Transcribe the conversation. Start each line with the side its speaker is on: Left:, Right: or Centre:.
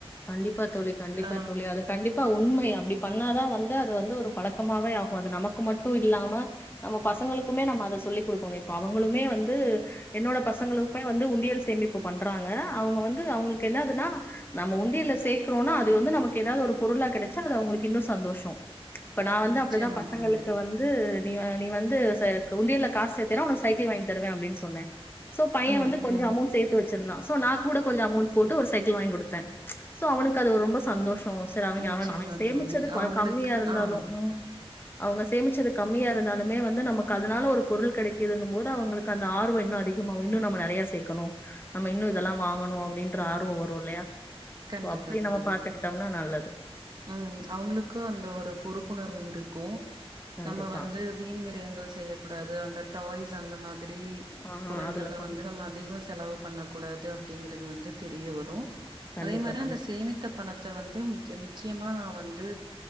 Left: கண்டிப்பா தோழி கண்டிப்பா
Right: ஆ
Left: தோழி அதுக்கு கண்டிப்பா உண்மை அப்டி பண்ணாதா வந்து அது வந்து ஒரு பழக்கமாவே ஆகு அது நமக்கு மட்டு இல்லாம நம்ம பசங்களுக்குமே நம்ம அத சொல்லி குடுக்கணு இப்ப அவங்களுமே வந்து என்னோட பசங்களுக்மே வந்து உண்டியல் சேமிப்பு பண்றாங்க அவுங்க வந்து அவுங்களுக் என்னாதுனா நம்ம உண்டியில சேக்றோனா அது வந்து நமக்கு ஏதாவது ஒரு பொருளா கெடைச்சா அது அவுங்களுக்கு இன்னு சந்தோஷ இப்ப நா வந்து
Right: நிச்சயமா
Left: அப்டிதா பசங்களுக்கு
Right: தோழி
Left: வந் து நீ நீ வந்து சே உண்டியல்ல காசு சேத்தின உனக்கு சைக்கிள் வாங்கிதருவே அப்டின் சொன்னே சோ பைய
Right: ம்
Left: வந்து கொஞ்ச
Right: ம்
Left: அமௌண்ட் சேத்து வச்சிருந்தா சோ நா கூட கொஞ்ச அமௌன்ட் போட்டு ஒரு சைக்கிள் வாங் குடுத்தே சோ அவனுக்கு அது ரொம்ப சந்தோஷ சரி அவங்க
Right: நிச்சயமா
Left: அவ நானே சேமிச்சது
Right: தோழி
Left: கொஞ்ச
Right: அவங்களுக்கு
Left: கம்மியா இருந்தாலு
Right: ஆ
Left: ம் அவுங்க சேமிச்சது கம்மியா இருந்தாலுமே வந்து நமக்கு அதனால ஒரு பொருள் கெடைக்குதுன்னும் போது அவங்களுக்கு அந்த ஆர்வ இன்னு அதிக மாவு இன்னு நம்ம நெறைய சேக்கணு நம்ம இன்னு இதெல்லா வாங்கணு அப்டின்ற ஆர்வ வரு இல்லயா
Right: கண்டிப்பா
Left: சோ அப்டி நம்ம
Right: தோழி
Left: பாத்துக்கிட்டம்னா நல்லது
Right: ம் அவுங்களுக்கு அந்த ஒரு பொறுப்புணர்வு இருக்கு
Left: கண்டிப்பா.
Right: நம்ம வந்து வீண் விரயங்கள் செய்யக் கூடாது அந்த டாய்ஸ் அந்த மாதிரி
Left: ஆ
Right: பொருள்கள்ல
Left: அதுல கொண்டு
Right: வந்து
Left: போ
Right: நம்ம அதிகோ செலவு பண்ண கூடாது அப்டிங்கிறது வந்து தெரிய வரு
Left: கண்டிப்பா,
Right: அதே மாரி
Left: கண்டிப்பா.
Right: அந்த சேமித்த பணத்த வந்து நிச்சயமா நா வந்து